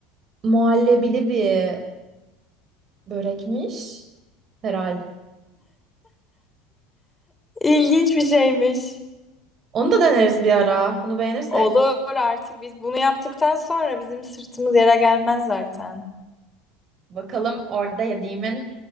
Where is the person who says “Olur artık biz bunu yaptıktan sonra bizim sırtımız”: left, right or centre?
Left